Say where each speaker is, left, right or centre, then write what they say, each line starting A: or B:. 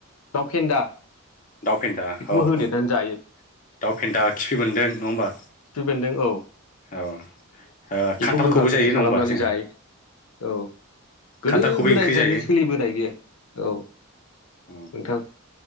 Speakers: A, on the left (about 80°); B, on the left (about 35°).
A: दाव फेन्दा
B: दाउ फेदा
A: बेखौबो
B: औ
A: होदेरनानै
B: औ औ
A: जायो
B: दाउ फेन्दा खिफि बेन्दों नङा होमबा।
A: खिफि बेन्दों औ।
B: औ ओ
A: बेखौ
B: खान्थालखौबो
A: गोखा
B: जायो
A: गोखै
B: नङा
A: खालामनानै
B: होमबा जोंहा
A: जायो औ गोदो
B: खान्थालखौबो
A: गोदायनिफ्रायनो
B: ओंख्रि जायो
A: सोलिबोनाय बेयो औ
B: उम
A: नोंथां।